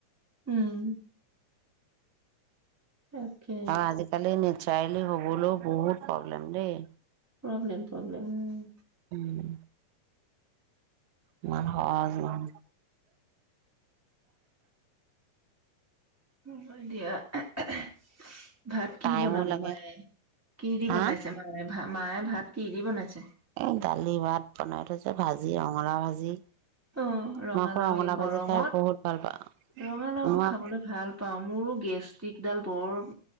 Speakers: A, in the centre; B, on the right.
A: উম তাকে
B: অ আজিকালি <inaudible> ছোৱালী হ'বলৈ বহুত প্ৰব্লেম দেই!
A: প্ৰব্লেম, প্ৰব্লেম উম।
B: উম ইমান সহজ নহয়।
A: হ'ব দিয়া <unintelligible> ভাত কি
B: টাইমো
A: বনাব
B: লাগে
A: মায়ে? কি দি
B: হা
A: বনাইছে মায়ে ভা মায়ে ভাত? কি দি বনাইছে?
B: এ দাইল, ভাত বনাই থৈছে ভাজি, ৰঙালাও ভাজি।
A: অ ৰঙালাও
B: মই আকৌ
A: এই গৰমত।
B: ভাজি খাই বহুত ভাল পাওঁ
A: ৰঙালাওটো
B: মই
A: খাবলৈ ভাল পাওঁ মোৰো গেষ্ট্ৰিকডাল বৰ